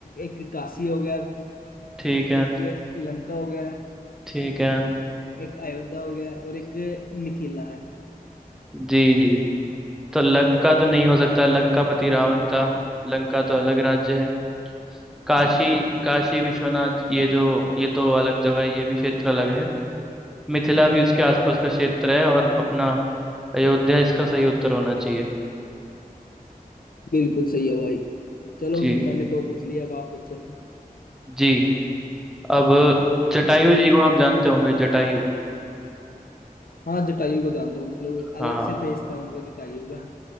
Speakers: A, on the left; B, in the centre.
A: एक काशी हो गया
B: ठीक है
A: एक लंका हो गया
B: ठीक है
A: एक अयोध्या हो गया और एक मिथिला है
B: जी जी तो लंका तो नहीं हो सकता लंकापति रावण
A: बताओ
B: था
A: जरा।
B: लंका तो अलग राज्य है काशी
A: हाँ
B: काशी विश्वनाथ ये जो ये तो अलग जगह है ये भी क्षेत्र अलग है मिथिला भी उसके आसपास का क्षेत्र है और अपना अयोध्या इसका सही उत्तर होना चाहिए
A: बिल्कुल सही है भाई चलो
B: जी
A: मैंने दो पूछ लिए अब आप पूछो
B: जी अब जटायु जी को आप जानते होंगे जटायु
A: हाँ जटायु को जानता हूँ मतलब अलग
B: हाँ
A: से फेस था उनका जटायु का